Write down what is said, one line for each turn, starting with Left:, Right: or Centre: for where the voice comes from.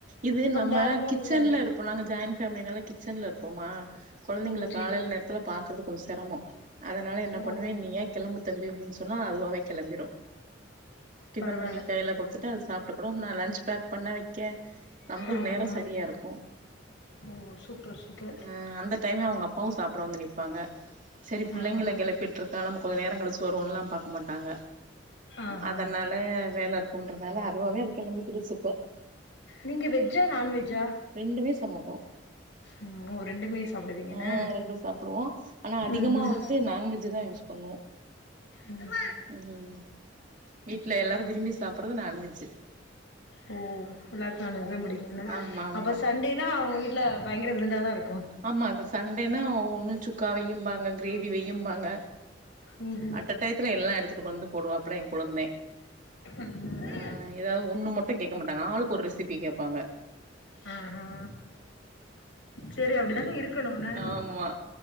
Right: இது நம்ம
Left: நேரம் போணும்ல
Right: கிச்சன்ல இருப்போ நாங்க ஜாயின் ஃபேம்லினால கிச்சன்ல இருப்போமா கொழந்தைங்கள
Left: ஓ செரி
Right: காலைல நேரத்துல பாக்குறது கொஞ்ச செரம அதனால என்ன
Left: ஓ
Right: பண்ணுவே நீயா கெளம்பு தம்பி அப்டின் சொன்னா அதுவாவே கெளம்பிரு டிஃபன்
Left: பரவால்ல
Right: பண்ணி கையில குடுதுட்டா அது சாப்டுக்கு நா லஞ்ச் பேக் பண்ண வெக் க்க நமக்கு இது
Left: ஆஹா
Right: நேர சரியா இருக்கு
Left: ஓ சூப்பர் சூப்பர்
Right: ம் அந்த டைமே அவ்ங்க அப்பாவு சாப்ட வந்து நிப்பாங்க சேரி பிள்ளைங்கள
Left: ஆஹா
Right: கெளபிட்ருக்கா நம்ம கெஞ்ச நேரங் கழிச்சி வருவோன்லா பாக்க மாட்டாங்க
Left: ஆஹா
Right: அதனால வேல இருக்குன்றதால அதுவாவே அது கெளம்பிக் <unintelligible> கிடுச்சு இப்ப
Left: நீங்க வெஜ்ஜா நான்வெஜ்ஜா
Right: ரெண்டுமே சமப்போ
Left: ம் ஓ ரெண்டுமே சாப்டுவீங்க என்ன
Right: ஆ ரொம்ப சாப்டுவோ ஆன அதிகமா
Left: ம் ம்
Right: வந்து நான்வெஜ்ஜி தா யூஸ் பண்ணுவோ
Left: உம்
Right: ம் வீட்ல எல்லாரு விரும்பி சாப்பறது நான்வெஜ்ஜி
Left: ஓ எல்லாருக்கு நான்வெஜ் தா புடிக்கும்ல
Right: ஆமா ஆமா
Left: அப்போ சண்டேனா அவங்க வீட்ல பயங்கர விருந்தாதா இருக்
Right: ஆமா இப்ப சண்டேனா ஒன்னு சுக்கா வெயும்பாங்க கிரேவி வெயும்பாங்க
Left: ம்
Right: அட்ட டைத்துல எல்லா எடுதுட்டு வந்து போடுவா இப்ப தா எ கொழுந்த
Left: ம்
Right: ஆ எதாவது ஒண்ணு மட்டும் கேக்க மாட்டாங்க ஆளுக் ஒரு ரெசிப் பி கேபாங்க
Left: ஆஅ செரி அப்டிதானே இருகணும் ன
Right: ஆமா